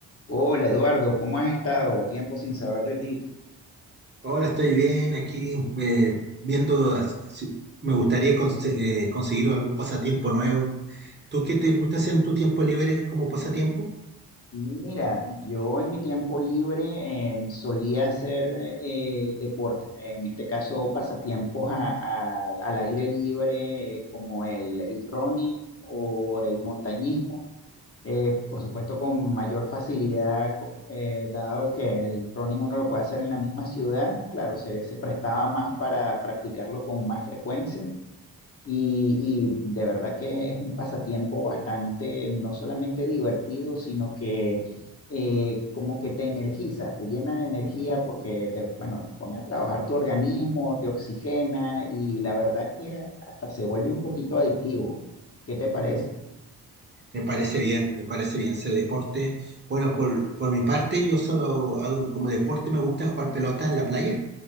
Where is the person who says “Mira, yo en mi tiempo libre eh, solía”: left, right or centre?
Left